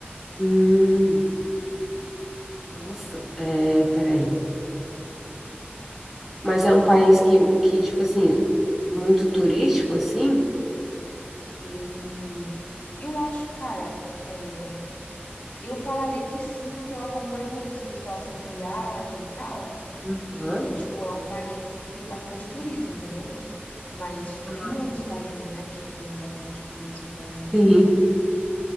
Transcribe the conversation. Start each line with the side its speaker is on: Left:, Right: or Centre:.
Centre: Hum, nossa, é, peraí. Mas é um país que, que, tipo assim, muito turístico, assim?
Left: Ele, eu acho, cara, é, eu falaria que sim, porque eu acompanho muito esse pessoal, assim, de viagem e tal,
Centre: Hã?
Left: e, tipo, é um país que tem bastante turismo, entendeu? Mas, tipo,
Centre: Ah,
Left: tem muitos países, né, que tem bastante turismo, então,
Centre: Sim.